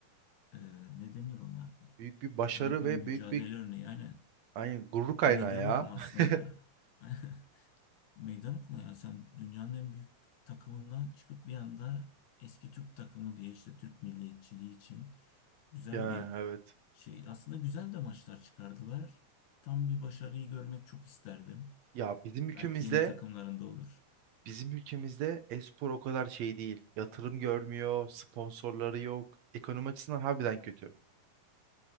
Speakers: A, on the left; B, on the right.
A: e, ne denir ona?
B: Büyük bir başarı
A: Büyük bir
B: ve
A: mücadele
B: büyük bir
A: örneği. Yani
B: aynen gurur kaynağı
A: meydan
B: ya.
A: okuma
B: <laughs>
A: aslında. <laughs> Meydan okuma yani sen dünyanın en büyük takımından çıkıp bir anda eski Türk takımı diye işte Türk milliyetçiliği için güzel
B: Yani
A: bir
B: evet.
A: şey aslında güzel de maçlar çıkardılar. Tam bir başarıyı görmek çok isterdim.
B: Ya bizim ülkemizde
A: Belki yeni takımlarında olur.
B: bizim ülkemizde e-spor o kadar şey değil. Yatırım görmüyor, sponsorları yok. Ekonomi açısından harbiden kötü.